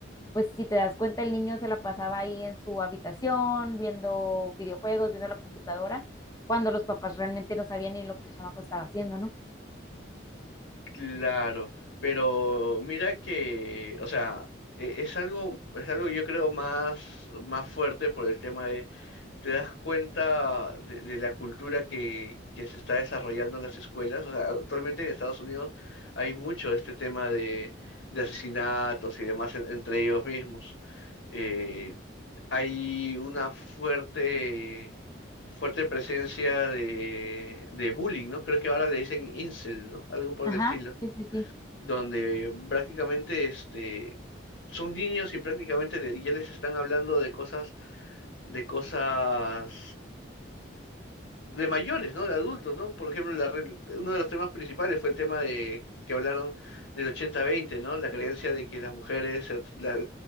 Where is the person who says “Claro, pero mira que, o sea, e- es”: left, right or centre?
Left